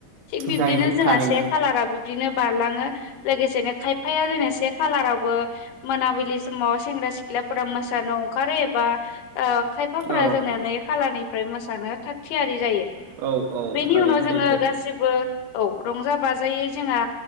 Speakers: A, on the left; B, on the right.
A: थिग बिब्दिनो
B: जायो
A: जोंहा
B: थारैनो
A: से खाालाराबो बिदिनो बारलाङो लोगोसेनो खायफाया जोंना से खालारावबो मोनाबिलि समाव सेंग्रा सिख्ला फोरा मोसानो अंखारो एबा खायफाफोरा
B: औ
A: जोंनाया नै खालानिफ्राय मोसानो थाग थियारि जायो।
B: औ औ
A: बेनि
B: थारैनो
A: उनाव
B: सैथो
A: जोङो गासैबो औ रंजा बाजायै जोंहा